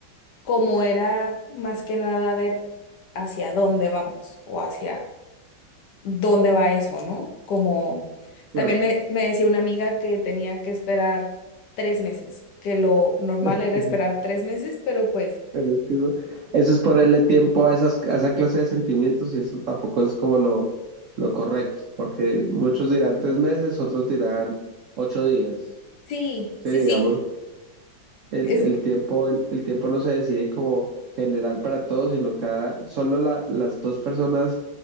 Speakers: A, on the left (about 70°); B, on the right (about 80°).
A: como era más que nada ver hacia dónde vamos o hacia dónde va eso, ¿no? Como
B: Claro.
A: también me, me decía una amiga que tenía que esperar tres meses, que lo normal
B: <laughs>
A: era esperar tres meses, pero pues
B: Pero es que eso, eso es ponerle tiempo a esas, a esa clase de sentimientos y eso tampoco es como lo, lo correcto, porque muchos dirán tres meses, otros dirán ocho días.
A: sí,
B: Sí,
A: sí,
B: digamos,
A: sí.
B: el,
A: Es,
B: el tiempo, el, el tiempo no se decide como general para todos, sino cada, solo la- las dos personas